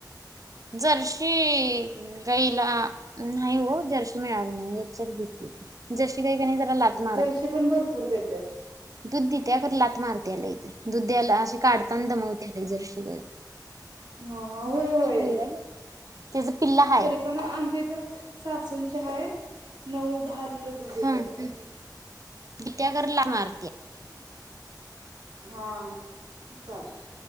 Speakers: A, on the right (about 50°); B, on the right (about 75°).
A: जर्शीइ गाईला न्हाईओ जर्शी मिळाली नाही <unintelligible> घेतली जर्शी गाई कणी जरा लात
B: हम्म जरशी पण भरपूर देत्यात.
A: दुध दित्या खर लातं मारत्या लईती दुध द्यायला अशी काढताना दमवत्याती जरशी गई.
B: हं हा होय होय
A: गाई आहे त्याच पिल्ला हाय.
B: तरी पण आमच्या इथ सासूंची हाय. नऊदहाली टर दूध देत्या
A: हम्म
B: बघा ती.
A: त्या घरला मार.
B: हां चालतय.